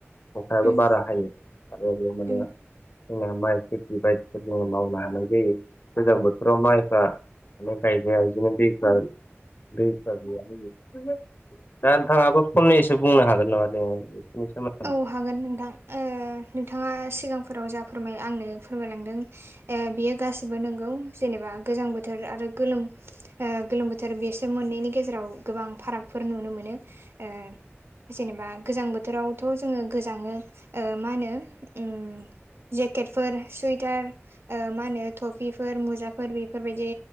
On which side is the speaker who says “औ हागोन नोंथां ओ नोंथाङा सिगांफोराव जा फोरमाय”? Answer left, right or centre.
Right